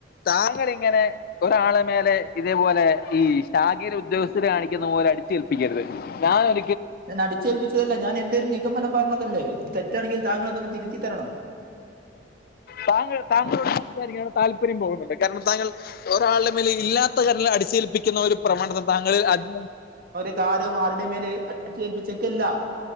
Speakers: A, on the left; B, on the right.
A: താങ്ങള് ഇങ്ങനെ ഒരാളെ മേലെ ഇതേപോലെ ഈ ഷാഖിർ ഉദ്യോഗസ്ഥര് കാണിക്കുന്ന പോലെ അടിച്ചേൽപ്പിക്കരുത് ഞാനൻ ഒ
B: ഞാനടിച്ചേൽപ്പിച്ചതല്ല ഞാൻ എന്റൊരു നിഗമനം പറഞ്ഞതല്ലേ ഇത് തെറ്റണെങ്കിൽ താങ്കളതൊന്ന് തിരുത്തിത്തരണം
A: താങ്ങൾ താങ്ങളോട് സംസാരിക്കന്ള്ള താല്പര്യം പോകുന്നുണ്ട് കാരണം താങ്ങള് ഒരാളുടെ മേൽ ഇല്ലാത്ത കരൽ അടിച്ചേൽപ്പിക്കുന്ന ഒരു പ്രവണത താങ്കൾ അതി
B: ധികാരം ആരുടെ മേല് അടിച്ചേൽപ്പിച്ചക്കല്ല